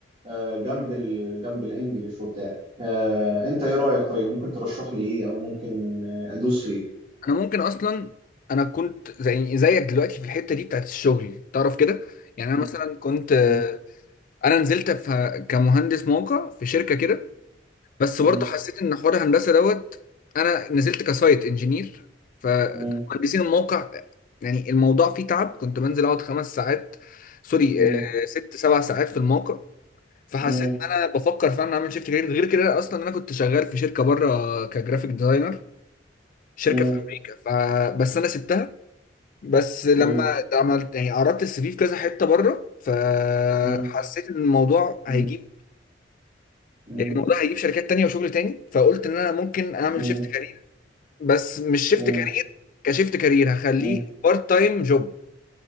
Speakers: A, on the right (about 35°); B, on the left (about 45°).
A: آه، جنب ال جنب الانجليش وبتاع آه، انت ايه رأيك طيب ممكن ترشح لي ايه او ممكن آه، ادوس في ايه
B: انا ممكن اصلا انا كنت زي زيك دلوقتي في الحته دي بتاعت الشغل تعرف كده يعني
A: مم،
B: انا مثلا كنت آه،
A: مم،
B: انا نزلت في كمهندس موقع في شركه كده بس
A: مم،
B: برضه حسيت ان حوار الهندسه دوت انا نزلت كسايت انجينير فمهندسين
A: مم،
B: الموقع يعني الموضوع فيه تعب كنت بنزل اقعد خمس ساعات سوري
A: مم،
B: آه، ست سبع ساعات في الموقع فحسيت
A: مم،
B: ان انا بفكر فعلا اعمل شيفت كارير غير كده اصلا انا كنت شغال في شركه بره كجرافيك ديزاينر شركه
A: مم،
B: في امريكا فبس انا سبتها بس لما
A: مم،
B: عملت يعني عرضت السي في في كذا حته بره فحسيت
A: مم،
B: ان الموضوع هيجيب
A: مم، مم، مم،
B: يعني الموضوع هيجيب شركات تانية وشغل تاني فقلت ان انا ممكن اعمل
A: مم،
B: شيفت كارير بس مش شيفت
A: مم،
B: كارير كشيفت كارير هخليه
A: مم،
B: بارت تايم جوب